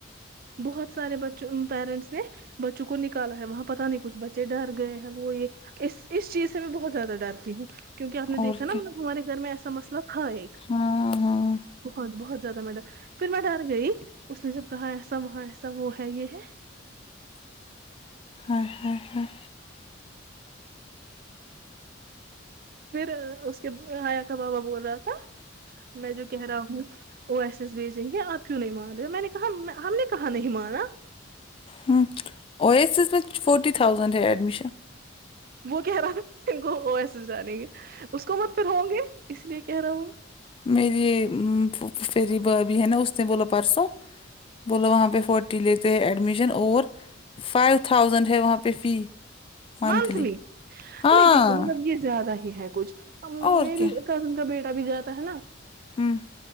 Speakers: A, on the right; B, on the left.
A: بہت سارے بچو پیرنٹس نے بچوں کو نکال کالا ہے وہاں پتا نہیں کچھ بچے ڈر گئے ہیں وہ یہ اس اس چیز سے میں بہت زیادہ ڈرتی ہوں کیونکہ آپ نے
B: اور
A: دیکھا ناں
B: کیا
A: مطلب ہمارے گھر میں ایسا مسئلہ ہاں ایک
B: ہاں ہاں
A: بہت بہت زیادہ میں ڈر پھر میں ڈر گئی اس نے جب کہا ایسا وہاں ایسا وہ ہے یہ ہے
B: آئے ہائے ہائے
A: پھر اس کے آیا تھا بابا بول رہا تھا میں جو کہہ رہا ہوں او ایس ایس بھیجیں گے آپ کیوں نہیں مان رہے ہو میں نے کہا ہم نے کہاں نہیں مانا
B: ہوں او ایس ایس میں فوٹی تھاؤزنڈ ہے ایڈمیشن
A: وہ کہہ رہا تھا ان کو او ایس ایس ڈالیں گے اس کو مت پھر ہوں گے اس لیے کہہ رہا ہو
B: میری فیری بابی ہے ناں اس نے بولا پرسوں بولا وہاں پہ فورٹی لیتے ہیں ایڈمیشن اور فائیو تھاؤزینڈ ہے وہاں پہ فی منتھلی
A: مانسلی نہیں
B: ہاں
A: دیکھو مطلب یہ زیادہ ہے ہی ہے کچھ
B: اور
A: میری
B: کیا
A: کزن کا بیٹا بھی جاتا ہے ناں
B: ہوں